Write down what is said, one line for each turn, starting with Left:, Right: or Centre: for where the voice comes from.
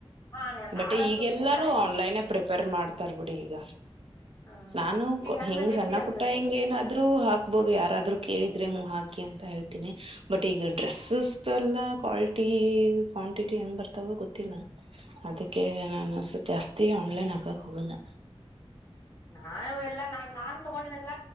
Left: ಹಾ ನೋಡ್
Right: ಬಟ್ೆ
Left: ಆದಂತೂ
Right: ಈಗೆಲ್ಲಾರೂ
Left: ನಿಜ
Right: ಆನ್ಲೈನ್ೇ ಪ್ರಿಪೇರ್ ಮಾಡ್ತಾರ ಬಿಿಡಿ ಈಗ
Left: ಹ
Right: ನಾನು
Left: ಈಗ ಹೆಂಗಗೇತಿ
Right: ಹಿಂಗ್ ಸಣ್ಣ
Left: ಅಂದ
Right: ಪುಟ್ಟ ಹಿಂಗ ಏನಾದ್ರು ಹಾಕ ಬಹದು ಯಾರಾದ್ರರು ಕೇಳಿದ್ರೆ ಹ್ ಹಾಕಿ ಅಂತ ಹೇಳ್ತಿನಿ ಬಟ್ ಈಗ ಡ್ರೆಸ್ಸಸ್ ಎಲ್ಲ ಕ್ವಾಾಲಿಟಿ ಈ ಕ್ವಾಂಟಿಟಿ ಹೆಂಗ್ ಬರ್ತಾವ ಗೊತ್ತಿಲ್ಲ ಅದಕ್ಕೆ ನಾನು ಜಾಸ್ತಿ ಆನ್ಲೈನ್ ಹಾಕಕ್ ಹೋಗಲ್ಲ
Left: ನಾು ಎಲ್ಲಾ ನಾನ್ ನಾನ್ ತಗೊಂಡಿದ್ದಿಲ್ಲ